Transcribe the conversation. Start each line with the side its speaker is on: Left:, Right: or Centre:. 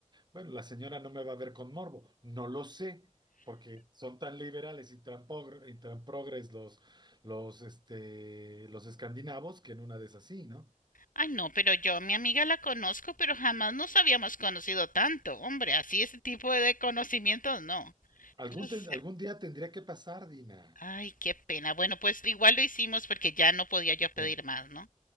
Right: bueno, la señora no me va a ver con morbo. No lo sé, porque son tan liberales y tan, pogre- y tan progres los, los, este, los escandinavos que en una de esas sí, ¿no?
Left: Ay, no, pero yo a mi amiga la conozco, pero jamás nos habíamos conocido tanto. Hombre, así ese tipo de conocimientos no.
Right: Algún,
Left: Eso es-
Right: ten- algún día tendría que pasar, Dina.
Left: Ay, qué pena. Bueno, pues igual lo hicimos porque ya no podía yo pedir
Right: Sí,
Left: más, ¿no?